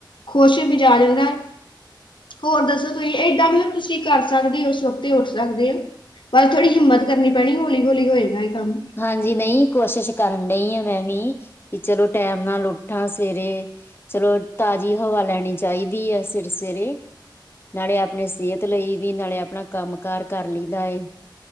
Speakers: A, on the left (about 75°); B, on the left (about 30°).
A: ਖੁਸ਼ ਮਿਜਾਜ ਰਹਿੰਦਾ। ਹੋਰ ਦੱਸੋ ਤੁਸੀਂ? ਏ ਕਮ ਨਾ ਤੁਸੀਂ ਕਰ ਸਕਦੇ ਹੋ। ਸਫ਼ਤੇ ਉੱਠ ਸਕਦੇ ਹੋ। ਬਸ ਥੋੜ੍ਹੀ ਹਿੰਮਤ ਕਰਨੀ ਪੈਣੀ ਹੌਲੀ- ਹੌਲੀ ਹੋਏਗਾ। ਇਹ ਕੰਮ
B: ਹਾਂਜੀ। ਨਹੀਂ ਕੋਸ਼ਿਸ਼ ਕਰਨ ਡਈ ਹ। ਮੈਂ ਵੀ ਵੀ ਚਲੋ ਟੈਮ ਨਾਲ ਉੱ ਹਾਂ। ਸਵੇਰੇ ਚਲੋ ਤਾਜ਼ੀ ਹਵਾ ਲੈਣੀ ਚਾਹੀਦੀ ਹਾ। ਸਿਰ ਸਵੇਰੇ ਨਾਲੇ ਆਪਣੇ ਸਿਹਤ ਲਈ ਵੀ ਨਾਲੇ ਆਪਣਾ ਕੰਮ ਕਾਰ ਕਰ ਲੈਂਦਾ ਹੈ।